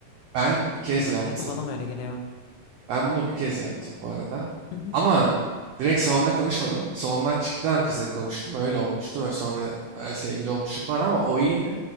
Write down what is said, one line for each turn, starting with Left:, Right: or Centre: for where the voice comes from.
Right: ben bir kez
Left: Bilmiyorum
Right: yaptım.
Left: ya da bana mı öyle geliyor?
Right: Ben bunu bir kez yaptım bu arada.
Left: Hı hı.
Right: Ama direkt salonda konuşmadım. Salondan çıktığı an kıza konuştum. Öyle olmuştu. Ve sonra e, sevgili olmuştuk falan ama o iyiydi.